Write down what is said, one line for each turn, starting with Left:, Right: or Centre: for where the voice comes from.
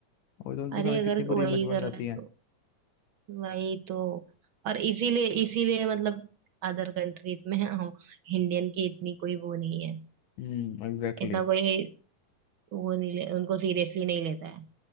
Left: और तो उनके
Right: अरे
Left: सामने
Right: अगर
Left: कितनी बुरी
Right: वही
Left: इमेज बन
Right: कर
Left: जाती
Right: रहे हैं
Left: है
Right: तो वही तो और इसीलिए इसीलिए मतलब अदर कंट्रीज में हम इंडियन की इतनी कोई वो नहीं है
Left: हम्म एग्जैक्टली
Right: इतना कोई वो नहीं ले, उनको सीरियसली नहीं लेता है